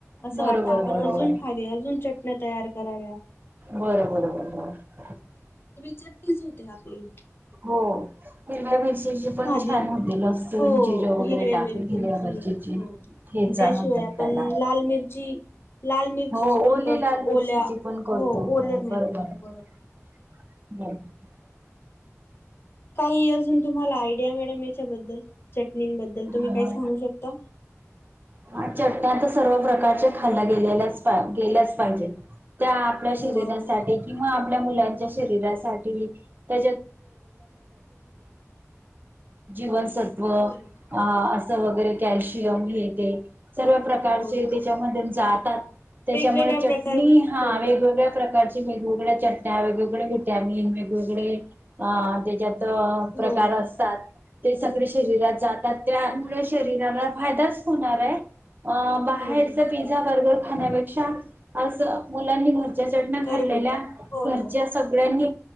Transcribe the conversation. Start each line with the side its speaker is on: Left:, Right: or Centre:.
Left: असं
Right: बरोबर
Left: वाटत आपण
Right: बरोबर
Left: अजून खावी अजून चटण्या तयार कराव्या
Right: बर बर बर बर
Left: चट्टीच होते आपली
Right: हो हिरव्या मिरचीचे पण
Left: साधी
Right: छान होते लसण
Left: हो
Right: जिर
Left: हिरव्या
Right: वगैरे टाकून
Left: मिरचींची
Right: दिल्यावर ज
Left: हो.
Right: <unintelligible>
Left: आणि
Right: ठेचा
Left: त्याशिवाय
Right: म्हणतात
Left: आपण
Right: त्याला
Left: लाल मिरची लाल मिरचीची
Right: हो
Left: पण
Right: ओली
Left: करतो
Right: लाल मिरचीची
Left: ओल्या
Right: पण करतो
Left: ओल्या
Right: हो
Left: मिरची
Right: बरोबर हम
Left: बरोबर.
Right: <unintelligible>
Left: काही अजून तुम्हाला आयडिया मॅडम याच्याबद्दल चटणींबद्दल
Right: हो
Left: तुम्ही काय सांगू शकता
Right: हा चटण्या <unintelligible> तर सर्व प्रकारच्या खाल्ल्या गेलेल्याच गेल्याच पाहिजे त्या आपल्या शरीरासाठी
Left: बरोबर.
Right: किंवा आपल्या मुलांच्या त्या व ज <unintelligible> सत्व अस
Left: बरोबर.
Right: वगैरे कल्शियम हे ते सर्व प्रकारचे
Left: हो
Right: त्याच्यामधील जातात त्याच्यामुळे
Left: वेगवेगळ्या
Right: चटणी
Left: प्रकार
Right: हा
Left: बरोबर
Right: वेगवेगळ्या प्रकार वेगवेगळ्या चटण्या वेगवेगळे विट्यामिन वेगवेगळे त्याच्यात प्रकार
Left: बरोबर
Right: असतात ते सगळे शरीरात जातात त्यामुळे शरीराला फायदाच होणार राय अ बाहेरच
Left: बरोबर.
Right: पिझ्झा बर्गर खाण्यापेक्षा असं मुलांनी घर चटन्या
Left: घरगुती
Right: खाल्लेल्या
Left: बरोबर
Right: घरच्या सगळ्यांनी